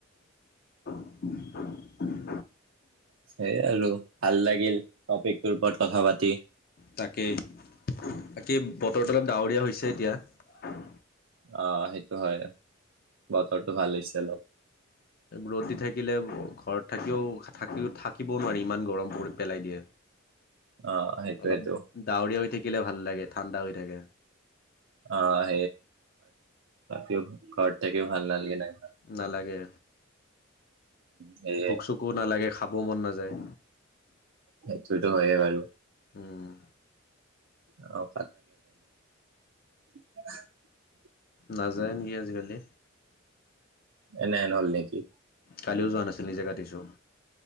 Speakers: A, on the left; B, on the right.
A: <unintelligible>
B: সেইয় আৰু ভাল লাগিল টপিকটোৰ ওপৰত কথা পাতি।
A: তাকেই বাকী বতৰটো অলপ ডাৱৰীয়া হৈছে এতিয়া।
B: অ' সেইটো হয়, বতৰটো ভাল হৈছে অলপ।
A: ৰদ দি থাকিলে ঘৰত থাকিও থাকিও থাকিবও নোৱাৰি ইমান গৰম পৰি পেলাই দিয়ে।
B: অ সেইটোয়েতো
A: অলপ ডউৰিীয়উৰি থাকিলে ভাল। লাগে ঠাণ্ডা হৈ থাকে
B: অ' স ক থাকিও ভাল লালাগ নাই।
A: নালাগে।
B: সেয়ে
A: ভোক চোকো নালাগে খাবও মন নাযায়।
B: সেইটোতো হয়ে বাৰু।
A: উম।
B: আহ <unintelligible>
A: নাযায় নেকি আজিকালি?
B: এনেহেন হ'ল নেকি
A: কালিও যোৱা নাছিল নিজে কাটিছো।